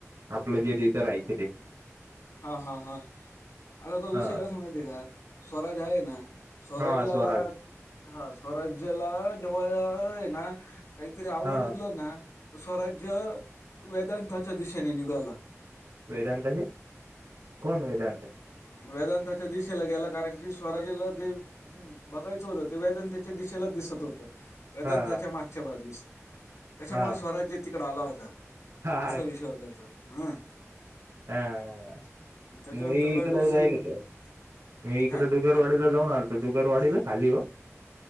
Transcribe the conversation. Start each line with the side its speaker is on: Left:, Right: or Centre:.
Right: आपलं जे तेथं राहायचे ते
Left: हां हां हां आंता तो
Right: हा
Left: विषय कसां माहिती आहे कां स्वंराज आहे नां स्वंराजला
Right: हा स्वराज
Left: हां स्वराज्याला जेवळ आहे नां कांहीतरी आवडलं
Right: हा
Left: नां स्वंराज्य वेदांताच्या दिशेने निघाला.
Right: वेदांताच्या
Left: हम्म
Right: कोणं वेदांत.
Left: हम्म वेदांताच्या दिशेला गेलां कारणं की स्वंराज्याला जे. हं बघायचं होतं ते वेदन त्यांच्या दिशेलाच दिसतं होतं. वेदांताच्या
Right: हा
Left: मागच्या बाजूंस त्यांच्यामुळे
Right: हा
Left: स्वंराज्य तिकडं आंला होतां.
Right: हा
Left: आं असं विषय होतांच हम्मं
Right: हां
Left: त्याच्यानंतर
Right: मी इकडे
Left: काही दिवसांनी
Right: जाईल मी इकडे.
Left: काय
Right: दुगरवाडीला जाऊंन आलतो दुगरवाडीला खाली व.